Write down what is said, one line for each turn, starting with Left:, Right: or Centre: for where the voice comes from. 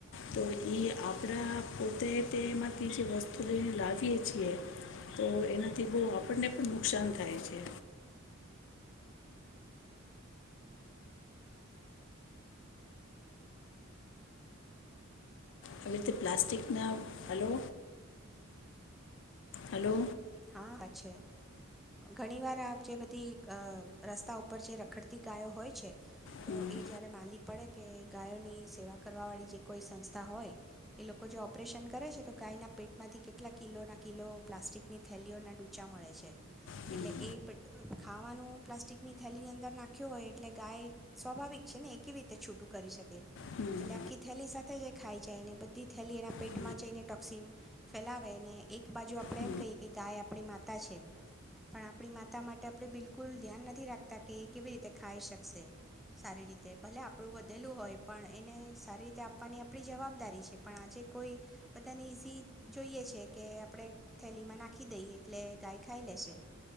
Left: તો એ આપણા પોતે તેમાંથી જે વસ્તુ લઈને લાગે. આપ તો એનાથી બહ આપણને પણ નુકસાન થાય છે. આવી રીતે પ્લાસ્ટિકના હલો હલો.
Centre: હા હા છે ઘણી વાર આપ. જે બધી રસ્તા ઉપર જે રખડતી ગાયો હોય છે તો
Left: હમ,
Centre: એ જ્યારે માંડીદી પડે કે ગાયોની સેવા કરવાવાળી જે કોઈ સંસ્થા હોય એ લોકો જો ઓપરેશન કરે છે તો ગાયના પેટમાંથી કેટલા કિલોના કિલો પ્લાસ્ટિક. ની થેલીઓના ડૂચા મળે છે
Left: હમ,
Centre: એટલે એ ખાવાનું પ્લાસ્ટિકની થેલીની અંદર નાખ્યું હોય એટલે ગાય સ્વાભાવિક છે ને એ કેવી રીતે છૂટું કરી શકે
Left: હમ,
Centre: એટલે આખી થેલી સાથે જે ખાઈ જાય ને બધી થેલી એના પેટમાં
Left: હમ, હમ,
Centre: જઈને ટોક્સિન ફેલાવે ને એક બાજુ આપણે
Left: હમ, હમ,
Centre: એમ કહીએ. કે ગાય આપણી માતા છે પણ આપણી માતા માટે આપણે બિલકુલ ધ્યાન નથી રાખતા કે એ કેવી રીતે ખાઈ શકશે સારી રીતે ભલે આપણું વધેલું હોય પણ એને સારી રીતે આપવાની આપણી જવાબદારી છે પણ આજે કોઈ બધાને ઇઝી જોઈએ છે કે આપણે થેલીમાં નાખી. રાખી દઈએ એટલે ગાય ખાઈ લેશે